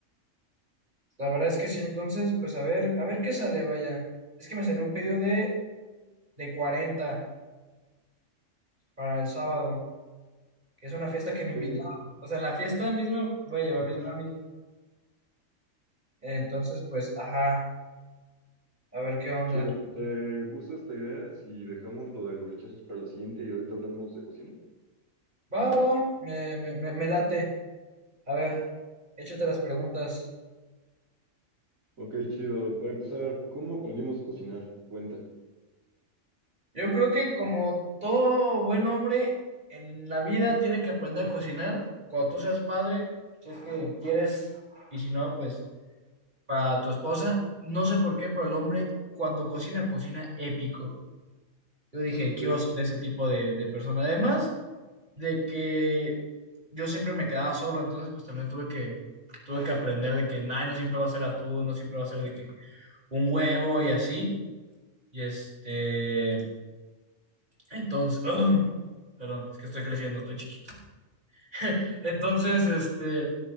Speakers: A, on the right (about 35°); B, on the right (about 80°).
A: La verdad es que sí, entonces, pues a ver, a ver qué sale, vaya. Es que me salió un pedido de, de 40 para el sábado. que es una fiesta que me invitaron.
B: Ok,
A: O sea, en la fiesta misma voy a llevar
B: ajá.
A: mis brownies. Entonces, pues, ajá, a ver qué onda.
B: Chido. ¿Te gusta esta idea si dejamos lo de los rechazos para la siguiente y ahorita hablamos de cocina?
A: Va, va, va, me, me, me, me late. A ver, échate las preguntas.
B: Ok, chido. Para empezar, ¿cómo aprendimos a cocinar? Cuenta.
A: Yo creo que como todo buen hombre en la vida tiene que aprender a cocinar cuando tú seas padre, si es que quieres, y si no, pues para tu esposa. No sé por qué, pero el hombre cuando cocina, cocina épico. Yo dije, quiero
B: Sí.
A: ser ese tipo de, de persona. Además, de que yo siempre me quedaba solo, entonces pues también tuve que, tuve que aprender de que, nada, no siempre va a ser atún, no siempre va a ser de que un huevo y así, y este, entonces, <clears throat> perdón, es que estoy creciendo, estoy chiquito. <laughs> Entonces, este,